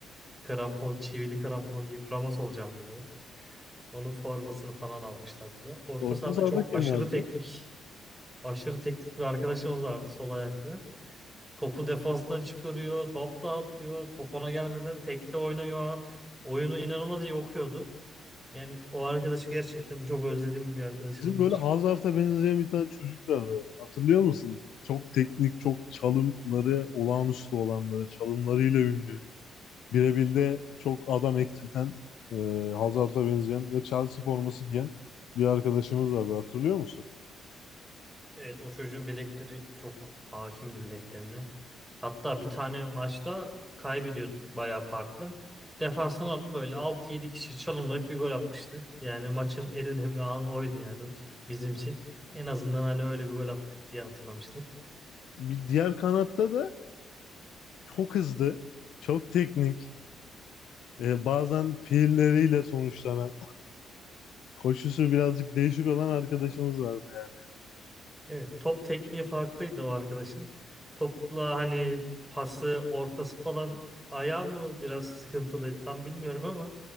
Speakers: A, in the centre; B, on the left.
A: Krampon, çivili krampon giyip Ramos olacağım diyordu. Onun formasını falan almıştı hatta. Orta
B: Orta
A: sahada
B: sahada
A: çok
B: kim
A: aşırı
B: vardı?
A: teknik, aşırı teknik bir arkadaşımız vardı sol ayaklı. Topu defanstan çıkarıyor. Top dağıtıyor. Top ona gelmeden tekte oynuyor. Oyunu inanılmaz iyi okuyordu. Yani o arkadaş gerçekten çok özlediğim bir arkadaşımızdır.
B: Bizim böyle Hazard'a benzeyen bir tane çocuk vardı. Hatırlıyor musun? Çok teknik, çok çalımları olağanüstü olan böyle çalımlarıyla ünlü. Birebir'de çok adam eksilten, e, Hazard'a benzeyen ve Chelsea forması giyen bir arkadaşımız vardı hatırlıyor musun?
A: Evet o çocuğun bilekleri çok hakimdi bileklerine. Hatta bir tane maçta kaybediyorduk bayağı farklı. Defanstan alıp böyle 6 yedi kişi çalımlayıp bir gol atmıştı. Yani maçın en önemli anı oydu yani bizim için. En azından hani öyle bir gol attık diye hatırlamıştık.
B: Bir diğer kanatta da çok hızlı, çok teknik, e, bazen fiilleriyle sonuçlanan, koşusu birazcık değişik olan arkadaşımız vardı yani.
A: Evet, top tekniği farklıydı o arkadaşın. Topla hani pası, ortası falan ayağı mı biraz sıkıntılıydı tam bilmiyorum ama